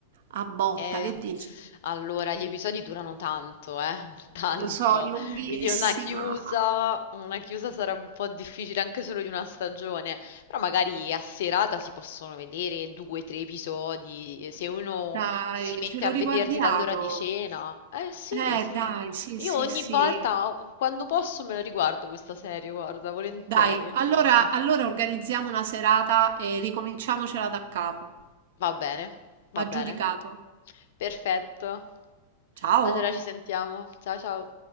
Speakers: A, on the right; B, on the left.
A: a botta,
B: Eh,
A: che dici?
B: allora, gli episodi durano tanto, eh, <laughs> tanto.
A: Lo so, è lunghissima.
B: Quindi una chiusa, una chiusa sarà un po' difficile anche solo di una stagione. Però magari a serata si possono vedere due, tre episodi. Se uno
A: Dai,
B: si mette
A: ce lo
B: a
A: riguardiamo.
B: vederli dall'ora di cena. Eh sì,
A: Eh,
B: sì.
A: dai, sì,
B: Io
A: sì,
B: ogni
A: sì.
B: volta, o- quando posso, me la riguardo questa serie, guarda, volentieri.
A: Dai, allora,
B: <laughs>
A: allora organizziamo una serata e ricominciamocela da capo.
B: Va bene,
A: Aggiudicato.
B: va bene. Perfetto.
A: Ciao.
B: Allora ci sentiamo. Ciao ciao.